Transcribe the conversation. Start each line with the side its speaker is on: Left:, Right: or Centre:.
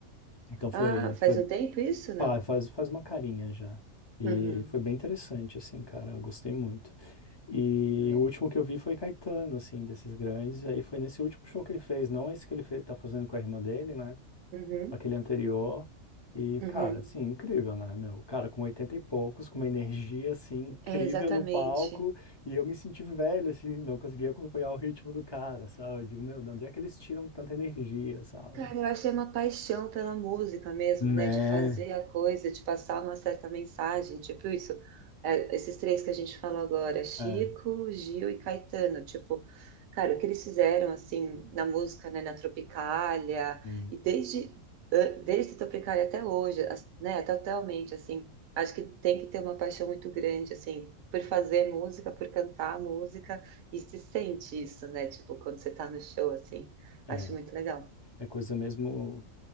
Left: Então foi,
Right: Ah, faz
Left: foi
Right: um tempo isso,
Left: fa-
Right: não?
Left: faz, faz uma carinha já. E
Right: Uhum.
Left: foi bem interessante, assim, cara, eu gostei muito. E
Right: É.
Left: o último que eu vi foi Caetano, assim, desses grandes, e aí foi nesse último show que ele fez, não esse que ele fe- tá fazendo com a irmã dele, né?
Right: Uhum,
Left: aquele anterior. E,
Right: uhum.
Left: cara, assim, incrível, né, meu? Cara, com 80 e poucos, com uma energia, assim, incrível
Right: É, exatamente.
Left: no palco, e eu me senti velho, assim, não conseguia acompanhar o ritmo do cara, sabe? Eu digo, meu, de onde é que eles tiram tanta energia, sabe?
Right: Cara, eu achei uma paixão pela música mesmo,
Left: Né?
Right: né? De fazer a coisa, de passar uma certa mensagem, tipo isso. É, esses três que a gente falou agora, Chico,
Left: É,
Right: Gil e Caetano, tipo, cara, o que eles fizeram assim na música, né? Na Tropicália
Left: hum,
Right: e desde eh, desde Tropicália até hoje, as- né? Totalmente assim. Acho que tem que ter uma paixão muito grande assim por fazer música, por cantar música e se sente isso, né? Tipo, quando você tá no show assim,
Left: é,
Right: acho muito legal.
Left: é coisa mesmo,